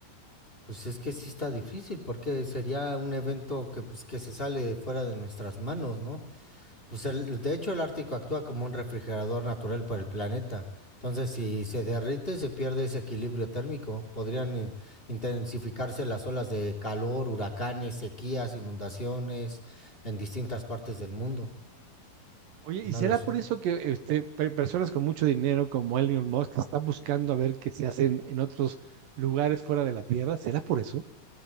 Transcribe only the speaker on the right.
Oye,
¿y será
por eso que este, pe- personas con mucho dinero como Elon Musk están buscando a ver qué se hacen en otros lugares fuera de la Tierra? ¿Será por eso?